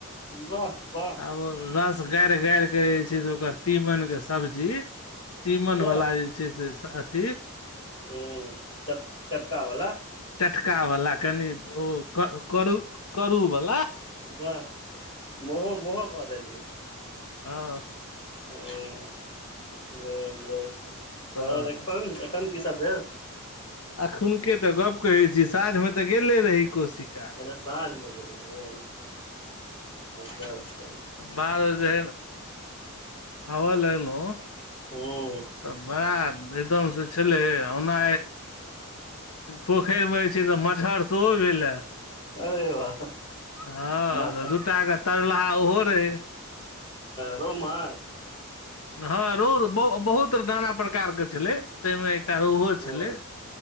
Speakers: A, on the left; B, on the left.
A: वाह वाह
B: आब ओ रस गारि गारि के जे छै से ओकर तीमन के सब्जी तीमन
A: वाह
B: वाला जे छै से अथी
A: हम्म चट चटका बला
B: चटकावाला कनि ओ करू करूवाला
A: हब मोहो मोह कदेलिय
B: आ
A: ह नौ दस
B: तऽ
A: आओर एखन एखन की सब भेल
B: अखुन के तऽ गप्प कहै छी सााँझ मे तऽ गेले रही कोशी कात
A: अरे साॅंझमे गेल रही डरसे
B: बारल जे आबऽ लगलौ
A: ओ
B: तऽ बड़ा एकदम से छलै ओना पोखरिमे जे छै तऽ मच्छहर सेहो भेलै
A: अरे वाह
B: हँ
A: मा
B: तऽ दूटा के तरलाहा ओहो रहै
A: रोह माछ
B: हँ रोह बहु बहुत नाना प्रकारके छलै ताहिमे एकटा रोहुओ
A: अच्छा
B: छलै <unintelligible>